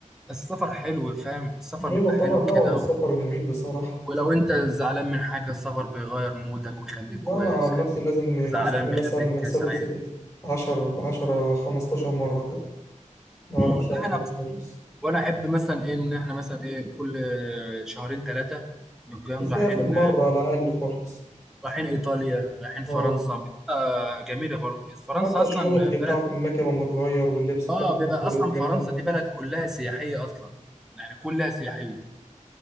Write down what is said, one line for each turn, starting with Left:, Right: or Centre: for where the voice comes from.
Centre: السفر حلو فاهم السفر
Left: أيوة
Centre: بيبقى
Left: طبعا
Centre: حلو
Left: لا هو
Centre: كده
Left: السفر
Centre: و...
Left: جميل بصراحة
Centre: ولو انت زعلان من حاجة السفر بيغير مودك ويخليك
Left: لا
Centre: كويس
Left: أنا عن
Centre: يخليك
Left: نفسي لازم
Centre: زعلان
Left: في السنة
Centre: بيخليك
Left: مثلا أسافر
Centre: سعيد
Left: ستة عشر عشرة خمستاشر مرة كده ما أعرفش
Centre: مم، ده
Left: أقعد
Centre: انا
Left: هنا خالص
Centre: وانا احب مثلا ايه ان احنا مثلا ايه كل شهرين ثلاثة نقوم
Left: تسافر
Centre: رايحين
Left: مرة على الأقل خالص
Centre: رايحين ايطاليا رايحين فرنسا
Left: أه
Centre: بيبقى جميله برضو إيه، فرنسا
Left: حتى
Centre: اصلا
Left: الشوبنج بتاعك
Centre: بلد
Left: هناك يبقى متغير واللبس بتاعك
Centre: اه
Left: هناك
Centre: بيبقى
Left: برضه
Centre: اصلا
Left: بحاجة
Centre: فرنسا
Left: تانية
Centre: دي بلد كلها سياحيه اصلا يعني كلها سياحيه